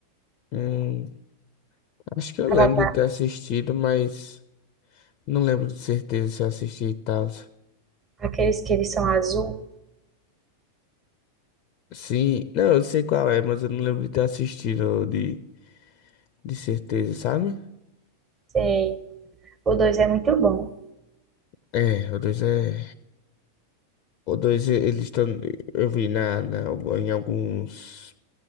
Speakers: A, on the left (about 40°); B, on the right (about 25°).
A: Hum, acho que eu lembro
B: Avatar,
A: de ter assistido, mas não lembro de certeza se eu assisti e tal.
B: aqueles que eles são azul?
A: Sim, não, eu sei qual é, mas eu não lembro de ter assistido de, de certeza, sabe?
B: Sei. O dois é muito bom.
A: É, o dois é. O dois e- eles estão. Eu vi na, na, em alguns